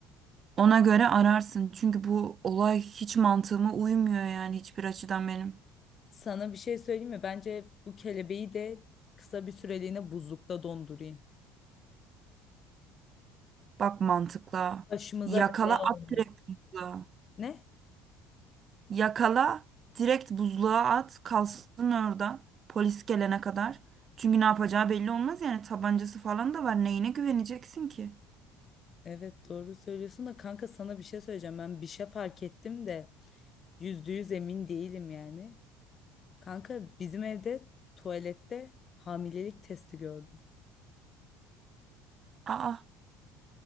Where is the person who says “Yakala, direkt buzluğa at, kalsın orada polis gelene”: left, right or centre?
Right